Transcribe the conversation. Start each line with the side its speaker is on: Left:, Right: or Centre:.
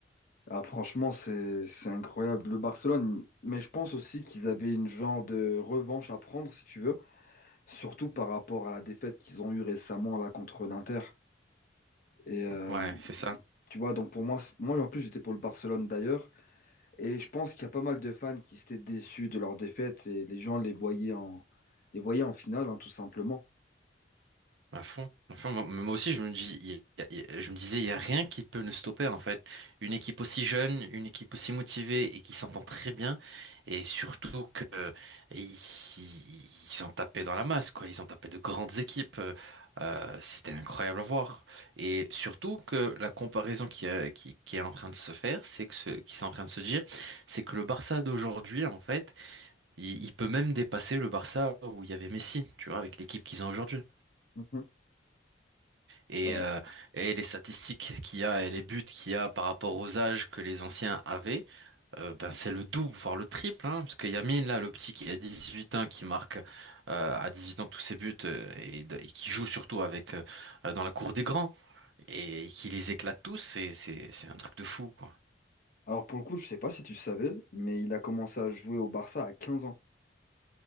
Left: Ah, franchement, c'est c'est incroyable. Le Barcelone, mais je pense aussi qu'ils avaient une genre de revanche à prendre, si tu veux, surtout par rapport à la défaite qu'ils ont eue récemment là contre l'Inter. Et euh,
Right: Ouais, c'est ça.
Left: tu vois, donc pour moi, c'est- moi en plus j'étais pour le Barcelone d'ailleurs, et je pense qu'il y a pas mal de fans qui s'étaient déçus de leur défaite et les gens les voyaient en les voyaient en finale, hein, tout simplement.
Right: À fond. À fond. Moi moi aussi, je me dis, il y a- il y a- je me disais, il n'y a rien qui peut nous stopper, en fait. Une équipe aussi jeune, une équipe aussi motivée et qui s'entend très bien. Et surtout que, euh, ils, ils ont tapé dans la masse, quoi. Ils ont tapé de grandes équipes. Euh, euh, c'était incroyable à voir. Et surtout que la comparaison qui, euh, qui, qui est en train de se faire, c'est que ce, qui sont en train de se dire, c'est que le Barça d'aujourd'hui, en fait, il, il peut même dépasser le Barça où il y avait Messi, tu vois, avec l'équipe qu'ils ont aujourd'hui
Left: Mhm.
Right: et,
Left: Ouais.
Right: euh, et les statistiques qu'il y a et les buts qu'il y a par rapport aux âges que les anciens avaient, euh, ben c'est le double, voire le triple, hein, parce que Yamine, là, le petit qui a 18 ans, qui marque euh, à huit ans tous ses buts euh, et, de- et qui joue surtout avec euh, dans la cour des grands et qui les éclate tous, c'est, c'est, c'est un truc de fou, quoi.
Left: Alors pour le coup, je sais pas si tu savais, mais il a commencé à jouer au Barça à 15 ans.